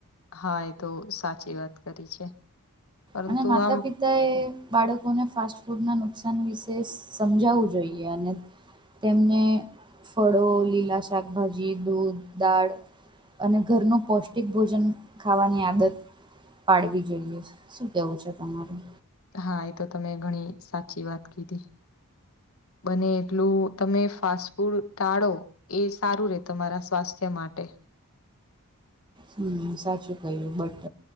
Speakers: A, on the left; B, on the right.
A: હા એ તો સાચી વાત કરી છે. પરંતુ
B: અને માતા
A: આમ
B: પિતા એ બાળકોને ફાસ્ટ ફૂડના નુકસાન વિશે સમજાવવું જોઈએ અને તેમને ફળો લીલા શાકભાજી દૂધ દાળ અને ઘરનું પૌષ્ટિક ભોજન ખાવાની આદત પાડવી જોઈએ. શું કવું છે તમારે
A: હા એ તો તમે ઘણી સાચી વાત કીધી. બને એટલું તમે ફાસ્ટ ફૂડ ટાળો એ સારું રે તમારા સ્વાસ્થ્ય માટે
B: હમ સાચું કયું બટ